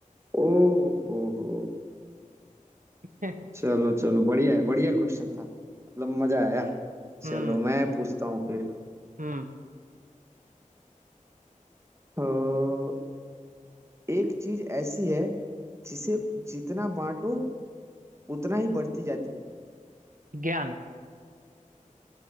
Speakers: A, on the right; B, on the right.
A: ओ हो हो
B: <laughs>
A: चलो चलो बढ़िया है बढ़िया क्वेश्चन था मतलब मजा आया
B: हम्म
A: चलो मैं पूछता हूँ फिर
B: हम्म
A: तो एक चीज ऐसी है जिसे जितना बांटो उतना ही बढ़ती जाती है
B: ज्ञान